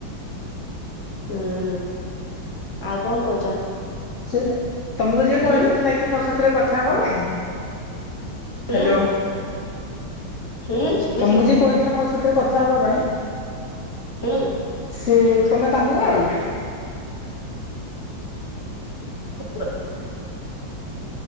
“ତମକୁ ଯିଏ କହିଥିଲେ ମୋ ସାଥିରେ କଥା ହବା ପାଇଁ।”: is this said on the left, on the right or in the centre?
Left